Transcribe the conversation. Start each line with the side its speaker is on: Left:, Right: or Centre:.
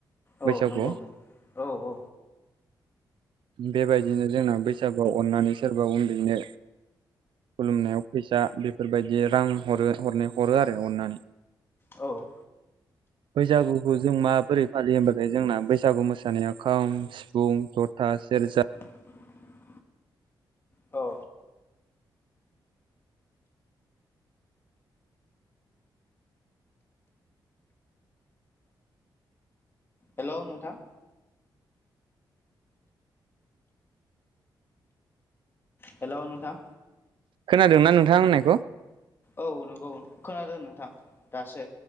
Right: बैसागुआव
Left: औ नंगौ औ औ
Right: बेबायदिनो जोंना बैसा गुआव अननानै सोरबा उन्दैनो खुलुमनायाव फैसा बेफोरबायदि रां हरो हरनो हरो आरो अननानै
Left: औ
Right: बैसागुखौ जों माबोरै फालियो होनोमबाथाय जोंना बैसागु मोसानाया खाम सिफुं जथा सेज <unintelligible>
Left: <inaudible> औ हेल' नोंथां हेल' नोंथां
Right: खोनादोंना नोंथां आं होननायखौ?
Left: औ नंगौ खोनादों नोंथां दासो